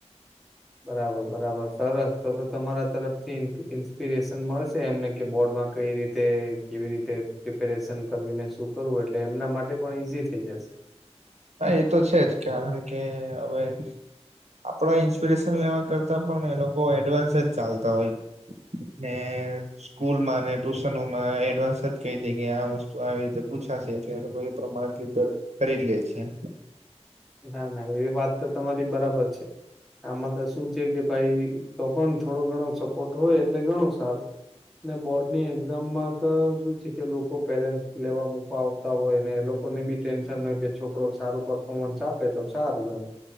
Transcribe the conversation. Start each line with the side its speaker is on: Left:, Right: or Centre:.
Centre: બરાબર બરાબર, સરસ તો તો તમારા તરફથી ઇન ઇન્સ્પિરેશન મળશે એમને કે બોર્ડમાં કઈ રીતે કેવી રીતે પ્રિપેરેશન કરવીને શું કરવું એટલે એમના માટે પણ ઈઝી થઈ જશે.
Right: હા એ તો છે જ કારણ કે હવે આપણા ઈન્સ્પિરેશન લેવા કરતાં પણ એ લોકો એડવાન્સ જ ચાલતા હોય ને સ્કૂલમાં, ને ટુશનોમાં એડવાન્સ જ કહી દે કે આ વસ્તુ આવી રીતે પૂછાશે એટલે એ લોકો એ પ્રમાણે પ્રિપેર કરી લે. અચ્છા.
Centre: ના ના એવી વાત તો તમારી બરાબર છે, આમાં તો શું છે કે ભાઈ તો પણ થોડો ઘણો સપોર્ટ હોય એટલે ઘણો સારું, ને બોર્ડ ની એક્ઝામમાં તો શું છે કે લોકો પેરેન્ટ્સ લેવા મુકવા આવતા હોય, ને એ લોકોને બી ટેન્શન હોય કે છોકરો સારું પરર્ફોર્મન્સ આપે તો સારું એમ.